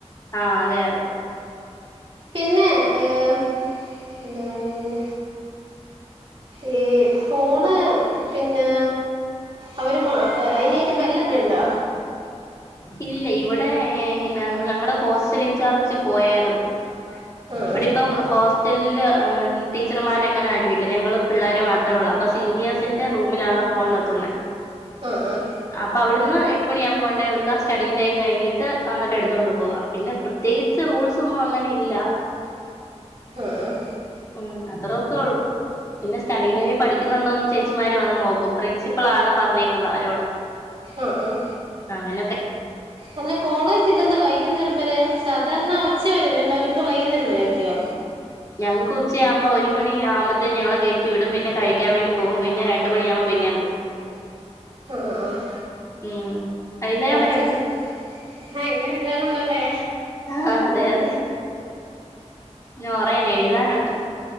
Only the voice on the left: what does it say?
ആ അതെ അതെ
ഇല്ല ഇവിടെ ഏഹ് ഇന്ന ഞങ്ങടെ ഹോസ്റ്റൽ ഇൻചാർജ് പോയാര്ന്നു.
ഇവിടെ ഇപ്പം ഹോസ്റ്റൽല് ആം ടീച്ചർമാരങ്ങനെ ആരു ഇല്ല. ഞങ്ങള് പിള്ളേര് മാത്ര ഒള്ള. അപ്പ സീനിയേഴ്സിന്റെ റൂമിലാണ് ഫോൺ വെക്കുന്നേ.
അപ്പൊ അവിടുന്ന് എട്ട് മണിയാവുമ്പോ കൊ ണ്ടോയി വെക്ക സ്റ്റഡീ ടൈം കഴിഞ്ഞിട്ട് വന്നിട്ട് എടുത്തുകൊണ്ട് പോകുവ പിന്നെ പ്രത്യേകിച്ച് റൂൾസ് ഒന്നും അങ്ങനെ ഇല്ല.
ഉം അത്ര ഒക്കെ ഉള്ളു പിന്നെ സ്ഥഡിയിങ് ടൈമി പഠിക്കുന്നുണ്ടോന്ന് ചേച്ചിമാര് വന്ന് നോക്കും പ്രിൻസിപ്പളാണ് പറഞ്ഞേക്കുന്ന അവരോട്
അങ്ങനൊക്കെ
ഞങ്ങക്ക് ഉച്ച ആവുമ്പോ ഒരു മണി ആവുമ്പത്തേന് ഞങ്ങളെ കയറ്റി വിടും പിന്നെ കഴിക്കാൻ വേണ്ടി പോകും പിന്നെ രണ്ടു മണിയാവു പിന്നേം പോകും
ഉം വൈകുന്നേരം
വരെ ഉണ്ട്
ആഹ് അതെ അതെ പിന്നെ കൊറേനെഴുതാനുണ്ട്